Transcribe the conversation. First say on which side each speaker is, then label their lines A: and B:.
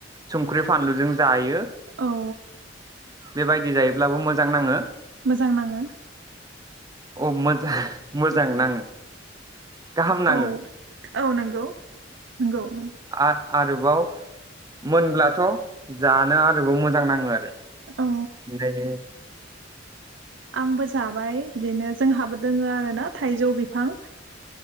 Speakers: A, on the right; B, on the right.
A: संख्रि फानलुजों जायो
B: औ
A: बेबायदि जायोब्लाबो मोजां नाङो
B: मोजां नाङो।
A: औ मोजां। मोजां नाङो। गाहाम नाङो
B: औ औ नोंगौ नोंगौ।
A: आ आरोबाव मोनब्लाथ' जानो आरोबाव मोजां नाङो आरो।
B: औ
A: <unintelligible>
B: आंबो जाबाय बिदिनो जोंहाबो दोङो आरो ना थाइजौ बिफां।